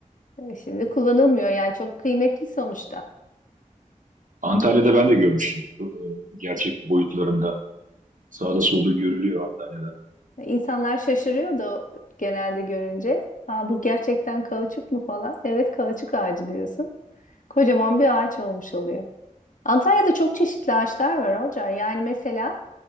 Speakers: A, on the left; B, on the right.
A: e, şimdi kullanılmıyor. Yani çok kıymetli sonuçta.
B: Antalya'da ben de görmüştüm. Çok, e, gerçek boyutlarında. Sağda solda görülüyor Antalya'da.
A: İnsanlar şaşırıyordu genelde görünce. Aa, bu gerçekten kauçuk mu falan? Evet kauçuk ağacı diyorsun. Kocaman bir ağaç olmuş oluyor. Antalya'da çok çeşitli ağaçlar var Olcay. Yani mesela